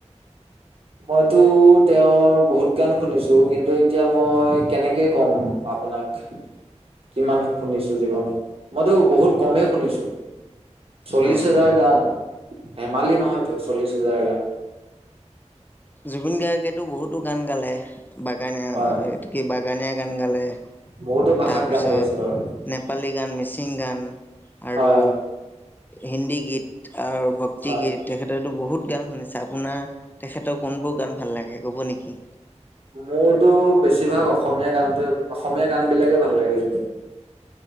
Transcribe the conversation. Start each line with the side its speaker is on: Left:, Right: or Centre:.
Right: মইতো তেওঁৰ বহুত গান শুনিছো কিন্তু এতিয়া মই কেনেকে ক'ম আপোনাক। কিমান শুনিছো জীৱনত মইতো বহুত কমেই শুনিছো। চল্লিশ
Left: হয়।
Right: হেজাৰ গান ধেমালি নহয়তো চল্লিশ হেজাৰ গান।
Left: জুবিন গাৰ্গেতো বহুতো গান গালে বাগানীয়া
Right: হয়
Left: এইটো কি বাগানীয়া গান গালে।
Right: বহুতো ভাষাত
Left: তাৰপিছত
Right: গান গাই বাৰু
Left: নেপালী গান মিচিং গান আৰু
Right: হয় হয়
Left: হিন্দী গীত আৰু ভ ভক্তি
Right: হয়
Left: গীত তেখেতো বহুত গান শুনিছা আপোনাৰ তেখেতৰ কোনবোৰ গান ভাল লাগে ক'ব নেকি
Right: মোৰতো বেছিভাগ অসমীয়া গানটোৱে অসমীয়া গান বিলাকে ভাল লাগে।